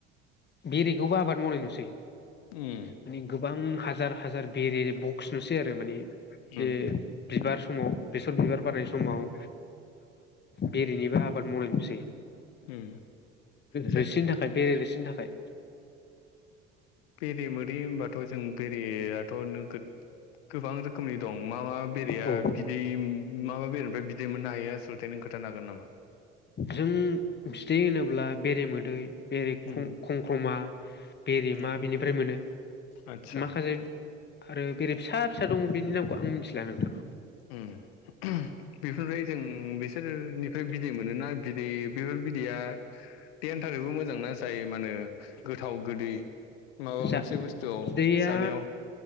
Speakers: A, on the left; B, on the left.
A: बेरेखौबो आबाद मावनाय नुसै
B: ए
A: माने गोबां हाजार हाजार बेरे बक्स नुसै आरो माने बे
B: उम
A: बिबार समाव बेसर बिबार बारनाय समाव बेरेनिबो आबाद मावनाय नुसै
B: उम जाय
A: रोसिनि थाखाय बेरे रोसिनि थाखाय
B: बेरे मोदै होनोमबाथ' जों बे बेरेयाथ' गोबां रोखोमनि दं मा मा बेरेया
A: औ
B: बिदै मा मा बेरेनिफ्राय बिदै मोननो हायो आसलथे नों खोनथानो हागोन नामा
A: जों बिदै होनोब्ला बेरेमोदै बेरे
B: उम
A: खंखमा बेरेमा
B: उम
A: बिनिफ्राय मोनो
B: आदसा
A: माखासे आरो बेरे फिसा फिसा दङ बेनि नामखौ आं मिथिला नोंथां
B: ओ बेफोरनिफ्राय जों बिसोरनिफ्राय बिदै मोनोना बिदै बेफोर बिदैया देहानि थाखाय ओरैबो मोजां ना जायो माने गोथाव गोदै माबा
A: जा
B: मोनसे बुस्थुआव
A: बिदैया
B: जानायाव